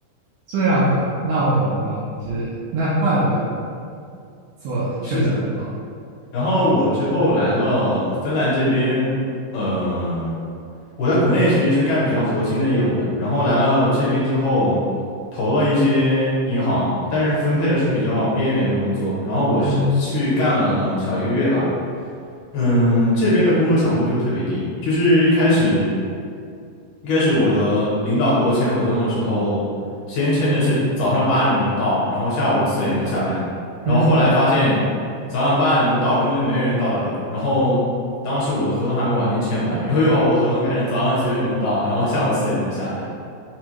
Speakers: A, on the right; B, on the left.
A: 这样子啊，那我懂了，那我懂了。其实那怪不得做确诊了。
B: 是的，然后我之后来了芬兰这边，呃。我在国内其实是干比较核心的业务的，然后来了这边之后，投了一些银行，但是分配的是比较边缘的工作。然后我是去干了小一个月吧，
A: 嗯
B: 嗯，这边的工作强度就特别低，就是一开始一开始我的领导给我签合同的时候，先签的是早上八点钟到，然后下午四点钟下班，然后后来发现早上八点钟到根本就没人到得了，
A: 嗯。
B: 然后当时我的合同还没完全签完，然后又把我合同改成早上九点钟到，然后下午四点钟下班。